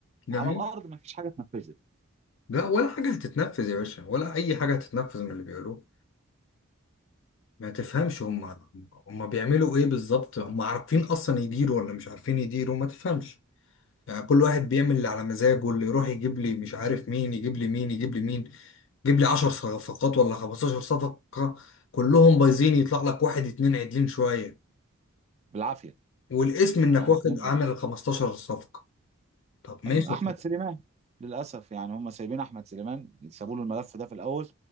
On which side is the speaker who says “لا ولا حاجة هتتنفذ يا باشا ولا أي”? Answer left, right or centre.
Left